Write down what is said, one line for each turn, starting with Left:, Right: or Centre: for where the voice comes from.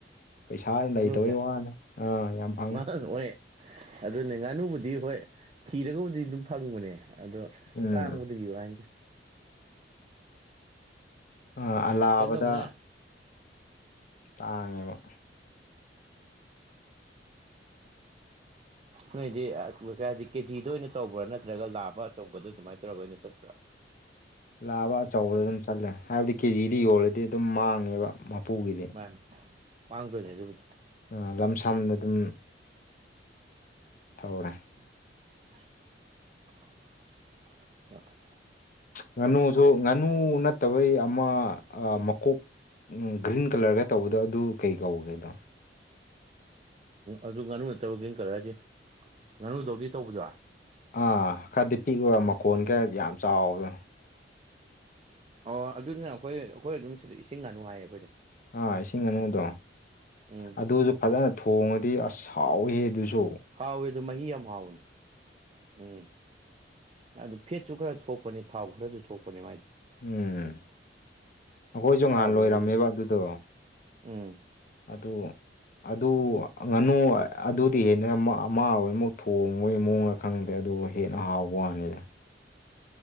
Left: ꯄꯩꯁꯥ
Right: ꯉꯥꯅꯨꯁꯦ
Left: ꯂꯩꯇꯕꯩ ꯋꯥꯅꯤ ꯑꯥ ꯌꯥꯝ ꯐꯪꯉꯦ
Right: <unintelligible> ꯑꯗꯨꯅꯦ ꯉꯥꯅꯨꯕꯨꯗꯤ ꯍꯣꯏ ꯊꯤꯔꯒꯕꯨꯗꯤ ꯑꯗꯨꯝ ꯐꯪꯕꯅꯦ ꯑꯗꯣ
Left: ꯎꯝ
Right: ꯇꯥꯡꯕꯗꯨꯒꯤ ꯋꯅꯤꯗꯥ
Left: ꯑꯥ
Right: ꯍꯥꯏꯗꯤ
Left: ꯑꯂꯥꯕꯗ
Right: ꯆꯤꯀꯟꯗꯧꯅ
Left: ꯇꯥꯡꯉꯦꯕ
Right: ꯅꯣꯏꯗꯤ ꯑ ꯀꯩ ꯍꯥꯏꯗꯤ ꯀꯦꯖꯤꯗ ꯑꯣꯏꯅ ꯇꯧꯕ꯭ꯔꯥ ꯅꯠꯇ꯭ꯔꯒ ꯂꯥꯕ ꯑꯆꯧꯕꯗ ꯑꯗꯨꯃꯥꯏꯅ ꯇꯧꯔꯒ ꯑꯣꯏꯅ ꯆꯠꯄ꯭ꯔꯥ
Left: ꯂꯥꯕ ꯑꯆꯧꯕꯗ ꯑꯗꯨꯝ ꯆꯠꯂꯦ ꯍꯥꯏꯕꯗꯤ ꯀꯦꯖꯤꯗꯤ ꯌꯣꯜꯂꯗꯤ ꯑꯗꯨꯝ ꯃꯥꯡꯉꯦꯕ ꯃꯄꯨꯒꯤꯗꯤ
Right: ꯃꯥꯅꯦ ꯃꯥꯡꯗꯣꯏꯅꯦ ꯑꯗꯨꯕꯨꯗꯤ
Left: ꯑ ꯂꯝ ꯁꯥꯝꯗ ꯑꯗꯨꯝ ꯊꯧꯔꯦ
Right: <unintelligible>
Left: ꯉꯥꯅꯨꯁꯨ ꯉꯥꯅꯨ ꯅꯠꯇꯕꯩ ꯑꯃ ꯑ ꯃꯀꯣꯛ ꯎꯝ ꯒ꯭ꯔꯤꯟ ꯀꯂꯔꯒ ꯇꯧꯕꯗꯣ ꯑꯗꯨ ꯀꯩ ꯀꯧꯒꯦ ꯑꯗꯣ
Right: ꯑꯗꯨ ꯉꯥꯅꯨ ꯅꯠꯇꯕ ꯒ꯭ꯔꯤꯟ ꯀꯂꯔꯗꯤ ꯉꯥꯅꯨꯗꯧꯗꯤ ꯇꯧꯕꯗꯨꯔꯣ
Left: ꯑꯥ ꯈꯔꯗꯤ ꯄꯤꯛꯑꯣꯒ ꯃꯈꯣꯟ ꯈꯔꯗꯤ ꯌꯥꯝ ꯆꯥꯎꯕꯗꯣ
Right: ꯑꯣ ꯑꯗꯨꯅ ꯑꯈꯣꯏ ꯑꯈꯣꯏ ꯑꯗꯨꯝ ꯁꯤꯗ ꯏꯁꯤꯡ ꯉꯥꯅꯨ ꯍꯥꯏꯌꯦ ꯑꯈꯣꯏꯗꯤ
Left: ꯑꯥ ꯏꯁꯤꯡ ꯉꯥꯅꯨꯗꯣ
Right: ꯎꯝ
Left: ꯑꯗꯨꯖꯨ ꯐꯖꯅ ꯊꯣꯡꯉꯗꯤ ꯑꯁ ꯍꯥꯎꯋꯦꯍꯦ ꯑꯗꯨꯖꯨ
Right: ꯍꯥꯎꯋꯦ ꯑꯗꯨ ꯃꯍꯤ ꯌꯥꯝ ꯍꯥꯎꯕꯅꯤ ꯎꯝ ꯑꯗꯨ ꯐꯦꯠꯁꯨ ꯈꯔ ꯊꯣꯛꯄꯅꯦ ꯊꯥꯎ ꯈꯔꯖꯨ ꯊꯣꯛꯄꯅꯦ ꯃꯥꯏꯗꯤ
Left: ꯎꯝ ꯑꯩꯈꯣꯏꯖꯨ
Right: ꯍꯥꯎꯕꯅꯦ
Left: ꯉꯥꯍꯟ ꯂꯣꯏꯔꯝꯃꯦꯕ
Right: ꯑꯗꯨ
Left: ꯑꯗꯨꯗꯣ
Right: ꯎꯝ
Left: ꯑꯗꯨ ꯑꯗꯨ ꯉꯥꯅꯨ ꯑꯗꯨꯗꯤ ꯍꯦꯟꯅ ꯃ ꯑꯃ ꯑꯣꯏꯃꯨꯛ ꯊꯣꯡꯉꯣꯏ ꯃꯑꯣꯡꯗ ꯈꯪꯗ꯭ꯔꯦ ꯑꯗꯨꯕꯨ ꯍꯦꯟꯅ ꯍꯥꯎꯕ ꯋꯥꯅꯤꯗ